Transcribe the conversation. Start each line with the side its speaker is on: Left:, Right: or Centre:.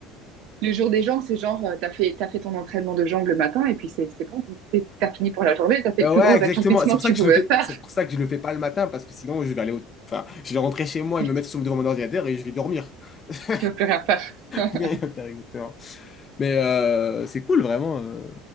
Right: Le jour des jambes, c'est genre, euh, t'as fait, t'as fait ton entraînement de jambes le matin et puis c'est c'est bon, t'es- t'es- t'as fini pour la journée, t'as fait
Left: Euh,
Right: le plus
Left: Ouais,
Right: gros
Left: exactement.
Right: accomplissement
Left: C'est pour
Right: que
Left: ça
Right: tu
Left: que
Right: pouvais
Left: je le fais.
Right: faire.
Left: C'est pour ça que je le fais pas le matin parce que sinon je vais aller au... enfin, je vais rentrer chez moi et
Right: <laughs>
Left: me mettre sous devant mon ordinateur et je vais dormir. <laughs>
Right: Tu vas plus rien faire. <laughs>
Left: Je vais rien faire exactement. Mais euh, c'est cool vraiment. euh,